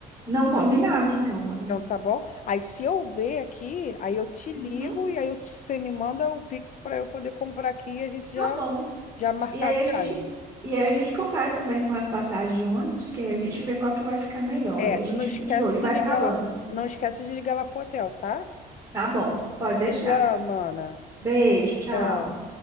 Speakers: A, on the right; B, on the left.
A: Não combinado, então, mano.
B: Então tá bom? Aí se eu ver aqui, aí eu te ligo
A: Uhum,
B: e aí eu te- você me manda o Pix para eu poder comprar aqui e a gente já
A: tá bom.
B: já marcar
A: E aí
B: a
A: a
B: viagem.
A: gente, e aí a gente compara também com as passagens de ônibus, que aí a gente vê qual que vai ficar melhor.
B: É,
A: E a gente
B: não esquece
A: fica de olho,
B: de
A: e vai
B: ligar
A: falando.
B: lá, não esquece de ligar lá pro hotel, tá?
A: Tá bom, pode deixar.
B: Beijo, mana.
A: Beijo, tchau.
B: Tá.